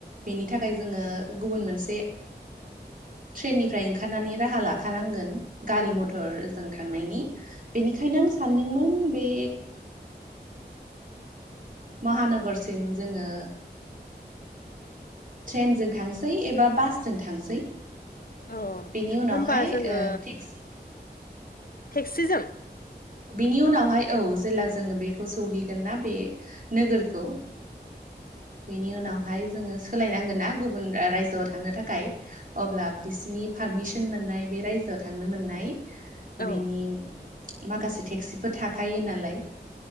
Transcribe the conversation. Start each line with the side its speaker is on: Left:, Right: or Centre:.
Right: बेनि थाखाय जोंङो गुबुन मोनसे ट्रेननिफ्राय ओंखारनानै राहा लाखानांगोन। गारि
Left: उम
Right: मथर जों थांनायनि बेनिखायनो आं सानदोंमोन बे महानगरसिम जोंङो ट्रेनजों थांसै एबा बासजों थांसै।
Left: औ
Right: बेनि उनावहाय
Left: होमबा जोङो
Right: थिक्स
Left: टेक्सिजों
Right: बिनि उनावहाय औ जेब्ला जोंङो बेखौ सौहैगोन ना बे नोगोरखौ बेनि उनावहाय जोंङो सोलायनांगोन ना गुबुन रायजोआव थांनो थाखाय अब्ला बिसिनि पारमिसन मोननाय बे रायजोआव थांनो मोननाय
Left: औ
Right: बेनि माखासे टेक्सिफोर थाखायो नालाय।